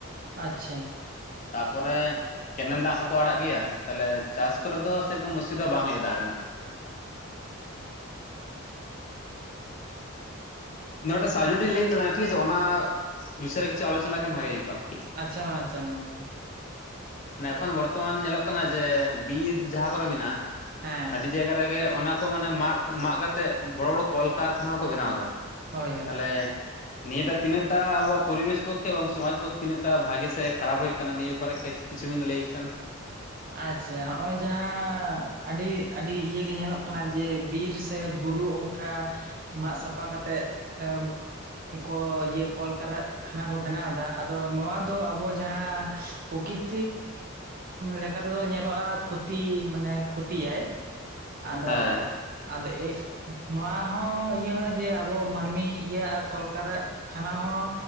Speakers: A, on the right; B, on the left.
A: ᱟᱪᱪᱷᱟ
B: ᱛᱟᱯᱚᱨᱮ ᱠᱮᱱᱮᱞ ᱫᱟᱜ ᱦᱚᱸ ᱠᱚ ᱟᱲᱟᱜ ᱜᱮᱭᱟ ᱛᱟᱦᱞᱮ ᱪᱟᱥ ᱠᱚᱨᱮ ᱫᱚ ᱥᱮᱨᱚᱠᱚᱢ ᱚᱥᱩᱵᱤᱫᱷᱟ ᱵᱟᱝ ᱦᱩᱭᱩᱜᱼᱟ ᱫᱟᱜ ᱨᱮᱱᱟᱜ
A: ᱚᱸ
B: ᱱᱚᱰᱮ ᱥᱟᱡᱚᱴᱤᱧ ᱞᱟᱹᱭᱮᱫ ᱛᱟᱞᱟᱝᱱᱟ ᱴᱷᱤᱠ ᱟᱪᱷᱮ ᱚᱱᱟ ᱵᱤᱥᱚᱭ ᱨᱮ ᱠᱤᱪᱷᱩ ᱟᱞᱪᱚᱱᱟ ᱞᱮᱱᱠᱷᱟᱱ ᱵᱷᱟᱜᱮ ᱦᱩᱭᱩᱠᱜᱼᱟ
A: ᱟᱪᱪᱷᱟ ᱢᱟ ᱟᱪᱪᱷᱟ ᱢᱟ ᱞᱟᱹᱭ ᱢᱮ
B: ᱮ ᱮᱠᱷᱚᱱ ᱵᱚᱨᱛᱚᱢᱟᱱ ᱧᱮᱞᱚᱜ ᱠᱟᱱᱟ ᱡᱮ ᱵᱤᱨ ᱡᱟᱦᱟᱸ ᱠᱚᱨᱮᱜ ᱢᱮᱱᱟᱜᱼᱟ
A: ᱦᱮᱸ
B: ᱟᱹᱰᱤ ᱡᱟᱭᱜᱟ ᱨᱮᱜᱮ ᱚᱱᱟ ᱠᱚ ᱢᱟᱱᱮ ᱢᱟᱜ ᱢᱟᱜ ᱠᱟᱛᱮ ᱵᱚᱲᱚ ᱵᱚᱲᱚ ᱠᱚᱞᱠᱟᱨᱠᱷᱟᱱᱟ ᱠᱚ ᱵᱮᱱᱟᱣ ᱮᱫᱟ
A: ᱦᱳᱭ ᱦᱳᱭ
B: ᱛᱟᱦᱚᱞᱮ ᱱᱤᱭᱟᱹᱴᱟ ᱛᱤᱱᱟᱹᱜᱴᱟ ᱟᱵᱚᱣᱟᱜ ᱯᱚᱨᱤᱵᱮᱥ ᱯᱚᱠᱠᱷᱮ ᱮᱚᱝ ᱥᱚᱢᱡᱽ ᱯᱚᱠᱠᱷᱮ ᱛᱤᱱᱟᱜᱴ ᱵᱷᱟᱜᱮ ᱥᱮ ᱠᱷᱟᱨᱟᱯ ᱦᱩᱭᱩᱜ ᱠᱟᱱᱟ ᱱᱤᱭᱟᱹ ᱵᱮᱯᱟᱨᱮ ᱠᱤᱪᱷᱩᱵᱤᱱ ᱞᱟᱹᱭ ᱠᱷᱟᱱ
A: ᱟᱪᱪᱷᱟ ᱦᱚᱸᱜᱼᱚᱭ ᱡᱟᱦᱟᱸ ᱟᱹᱰᱤ ᱟᱹᱰᱤ ᱤᱭᱟᱹ ᱜᱮ ᱧᱮᱞᱚᱜ ᱠᱟᱱᱟ ᱡᱮ ᱵᱤᱨ ᱥᱮ ᱵᱩᱨᱩ ᱚᱱᱠᱟ ᱚᱱᱠᱟ ᱢᱟᱜ ᱥᱟᱯᱷᱟ ᱠᱟᱛᱮᱜ ᱮᱢ ᱠᱚ ᱤᱭᱟᱹ ᱠᱚᱞᱠᱟᱨᱟᱜᱠᱷᱟᱱᱟ ᱠᱚ ᱵᱮᱱᱟᱣᱫᱟ ᱟᱫᱚ ᱱᱚᱣᱟ ᱫᱚ ᱟᱵᱚ ᱡᱟᱦᱟᱸ ᱯᱨᱚᱠᱤᱛ ᱞᱮᱠᱟᱫᱚ ᱧᱮᱞᱚᱜᱼᱟ ᱠᱷᱚᱛᱤ ᱢᱟᱱᱮ ᱠᱷᱚᱛᱤᱭᱟᱭ ᱟᱫᱚ
B: ᱦᱮᱸ
A: ᱟᱫᱚ ᱮᱜ ᱱᱚᱣᱟ ᱦᱚᱸ ᱤᱭᱟᱹ ᱦᱚᱸ ᱡᱮ ᱟᱵᱚ ᱢᱟᱹᱱᱢᱤᱭᱟᱜ ᱠᱚᱞᱠᱟᱨᱟᱜ ᱼᱼ ᱠᱷᱟᱱᱟ ᱦᱚᱸ